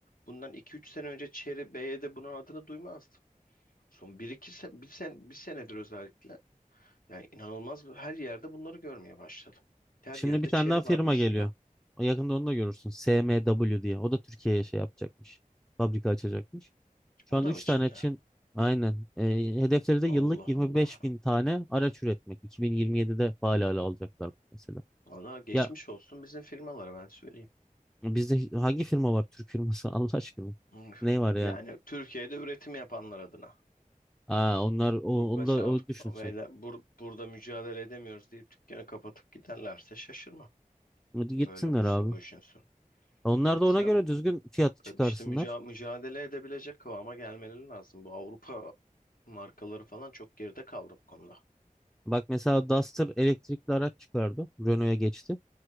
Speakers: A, on the left; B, in the centre.
A: bundan iki üç sene önce Chery, B Y D. bunun adını duymazdım. Son bir iki sene, bir, sen, bir senedir özellikle yani inanılmaz bir- her yerde bunları görmeye başladım. Her
B: Şimdi
A: yerde
B: bir tane
A: Chery
B: daha firma
A: var mesela.
B: geliyor. O Yakında onu da görürsün. SMW diye. O da Türkiye'ye şey yapacakmış. Fabrika açacakmış. Şu
A: O
B: an
A: da
B: 3
A: mı Çin'de?
B: tane Çin aynen. E, hedefleri de
A: Allah
B: yıllık 25
A: Allah.
B: bin tane araç üretmek. 2027'de faal hale alacaklar mesela.
A: Valla geçmiş
B: Ya
A: olsun bizim firmalara ben söyleyeyim.
B: bizde hangi firma var? Türk firması <laughs> Allah aşkına.
A: Hmm.
B: Ne var yani?
A: Yani Türkiye'de üretim yapanlar adına.
B: Aa, onlar o,
A: Bu- Mesela
B: onu da o düşünsün.
A: böyle bur- burada mücadele edemiyoruz deyip dükkanı kapatıp giderlerse şaşırma.
B: Hadi
A: Böyle
B: gitsinler
A: olursa
B: abi.
A: bu işin sonu.
B: Onlar da
A: Sen
B: ona göre düzgün fiyatı çıkarsınlar.
A: e, işte müca- mücadele edebilecek kıvama gelmeleri lazım. Bu Avrupa markaları falan çok geride kaldı bu konuda.
B: Bak mesela Duster elektrikli araç çıkardı. Renault'a geçti.